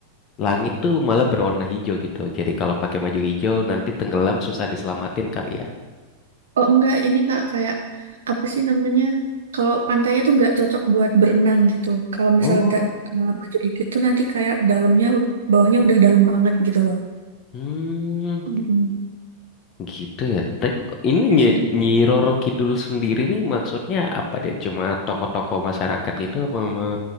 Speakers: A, on the left (about 35°); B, on the right (about 65°).
A: langit tuh malah berwarna hijau gitu. Jadi kalau pakai baju hijau nanti tenggelam susah diselamatin kali ya.
B: oh enggak ini kak kayak apa sih namanya kalau pantainya tuh nggak cocok buat berenang gitu kalau
A: Oh,
B: misal da, eh, baju dikit tuh nanti kayak dalamnya ud- bawahnya udah dalam banget gitu loh
A: hmm.
B: Mm-mm.
A: Gitu ya. Tapi ini
B: Biasanya
A: Nyi, Nyi Roro Kidul sendiri nih maksudnya apa dia? Cuma tokoh-tokoh masyarakat gitu apa memang